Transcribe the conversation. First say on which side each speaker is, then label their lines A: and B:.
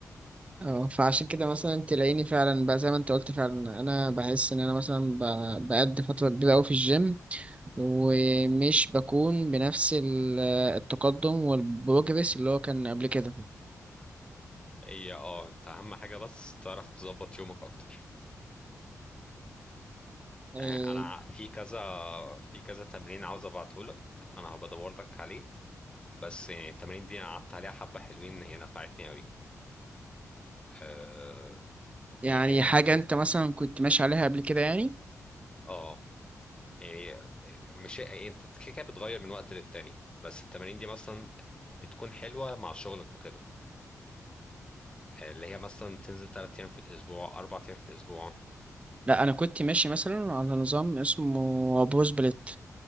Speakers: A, on the right (about 20°); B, on the left (about 15°).
A: <laughs> اه فعشان كده مثلا تلاقيني فعلا بقى زي ما أنت قلت فعلا أنا بحس إن أنا مثلا ب- بقضي فترة كبيرة أوي في الجيم ومش بكون بنفس ال- التقدم والبروجرس اللي هو كان قبل كده
B: هي اه أنت أهم حاجة بس تعرف تظبط يومك أكتر
A: آه،
B: يعني أنا في كذا في كذا تمرين عاوز أبعتهولك أنا هبدور لك عليه بس يعني التمارين دي أنا قعدت عليها حبة حلوين هي نفعتني أوي اه
A: يعني
B: يعني هي-
A: حاجة انت مثلا كنت ماشي عليها قبل كده يعني
B: اه يعني مش يعني أنت كده كده بتغير من وقت للتاني بس التمارين دي مثلا بتكون حلوة مع شغلك وكده اللي هي مثلا بتنزل ثلاث ايام في الاسبوع اربع ايام في الاسبوع
A: لا انا كنت ماشي مثلا على نظام اسمه بروز بليت